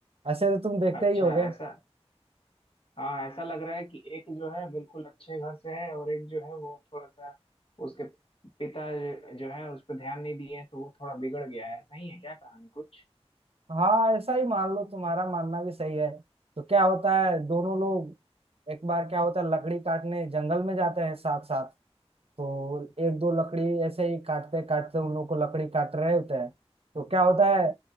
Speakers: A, on the right (about 65°); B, on the left (about 55°).
A: ऐसे तो तुम देखते
B: अच्छा
A: ही होगे
B: ऐसा हाँ ऐसा लग रहा है कि एक जो है बिल्कुल अच्छे घर से है और एक जो है वो थोड़ा सा उसके पिता जो जो है उस पर ध्यान नहीं दिए तो वो थोड़ा बिगड़ गया है ऐसा ही है क्या कहानी कुछ
A: हाँ ऐसा ही मान लो तुम्हारा मानना भी सही है तो क्या होता है दोनों लोग एक बार क्या होता है लकड़ी काटने जंगल में जाते हैं साथ साथ तो एक दो लकड़ी ऐसे ही काटते काटते उन लोग को लकड़ी काट रहे होते हैं तो क्या होता है